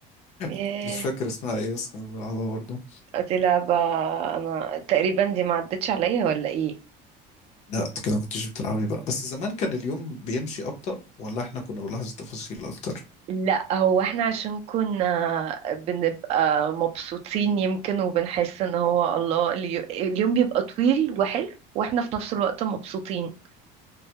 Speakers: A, on the right (about 35°); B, on the left (about 40°).
A: ياه
B: <laughs> مش فاكر اسمها إيه بس كنا بنلعبها برضه
A: دي لعبة انا تقريبا دي ما عدتش عليا ولا ايه
B: لا أنت كده ما كنتش بتلعبي بقى بس زمان كان اليوم بيمشي أبطأ ولا إحنا كنا بنلاحظ التفاصيل أكتر
A: لا هو احنا عشان كنا بنبقى مبسوطين يمكن وبنحس ان هو الله اليو- اليوم بيبقى طويل وحلو واحنا في نفس الوقت مبسوطين